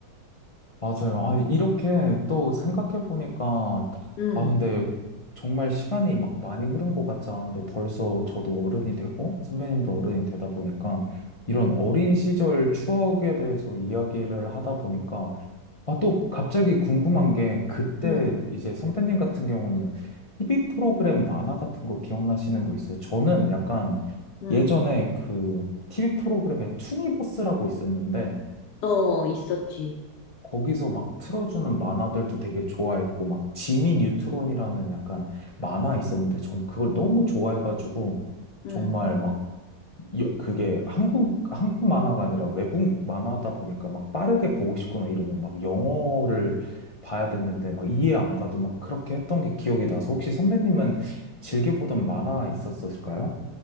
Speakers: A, on the left; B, on the left.
A: 맞아요. 아, 이렇게 또 생각해보니까,
B: 응,
A: 아, 근데 정말 시간이 막 많이 흐른 것 같지 않은데 벌써 저도 어른이 되고 선배님도 어른이 되다 보니까 이런 어린 시절 추억에 대해서 이야기를 하다 보니까 아, 또 갑자기 궁금한 게 그때
B: 응,
A: 이제 선배님 같은 경우는 TV 프로그램 만화 같은 거 기억나시는 거 있어요? 저는 약간
B: 응.
A: 예전에 그 TV 프로그램에 투니버스라고 있었는데
B: 어, 있었지.
A: 거기서 막 틀어주는 만화들도 되게 좋아했고, 막 지미 뉴트론이라는 약간 만화 있었는데, 전 그걸 너무 좋아해가지고,
B: 응.
A: 정말 막, 여- 그게 한국, 한국 만화가 아니라 외국 만화다 보니까 막 빠르게
B: 음.
A: 보고 싶거나 이러면 막 영어를 봐야 됐는데, 막 이해 안 가도 막 그렇게 했던 게 기억이 나서, 혹시 선배님은 즐겨보던 만화 있었을까요?